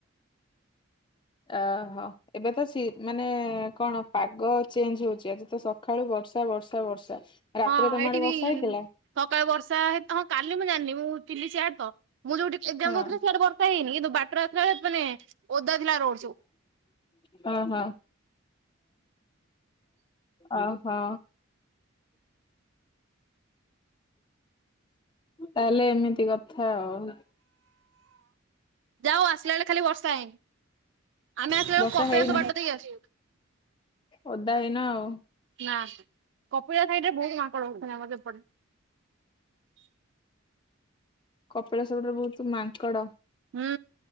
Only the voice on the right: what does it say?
ହଁ
ଏଇଠି
ବି
ସକାଳେ ବର୍ଷା ହେ ହଁ କାଲି ମୁଁ ଜାଣିନି ମୁଁ ଥିଲି ସିଆଡ ତ ମୁଁ ଯୋଉଠି ଏକ୍ସାମ୍
ଦଉଥିଲି ସେଆଡେ ବ ହେଇନି କିନ୍ତୁ ବାଟରେ ଆସିଲା ବେଳେ ମାନେ ଓଦା ଥିଲା ରୋଡ ସବୁ।
ଯା ହଉ ଆସିଲା ବେଳେ ଖାଲି ବର୍ଷା ହେଇନି। ଆମେ ଆସିଲା ବେଳକୁ
କପିଳାସ
ବାଟ ଦେଇକି ଆସିଲୁ।
ନା କପିଳା ସାଇଡରେ ବହୁତ ମାଙ୍କଡ ଅଛନ୍ତି ଆମପଟେ।
ହୁଁ